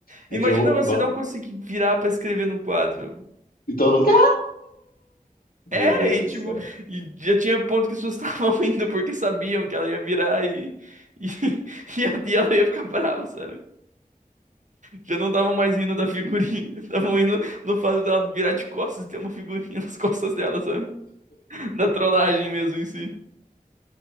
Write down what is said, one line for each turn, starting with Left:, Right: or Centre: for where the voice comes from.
Left: Teve
Right: Imagina
Left: uma...
Right: você não conseguir virar pra escrever no quadro.
Left: E todo mundo Meu
Right: É,
Left: Deus
Right: e tipo,
Left: do céu.
Right: e já tinha ponto que as pessoas estavam <laughs> indo porque sabiam que ela ia virar e, e, <laughs> e, a- e ela ia ficar brava, sabe? Já não estavam mais indo da figurinha, <laughs> estavam indo no fato dela virar de costas e ter uma figurinha <laughs> nas costas dela, sabe? Da trollagem mesmo em si.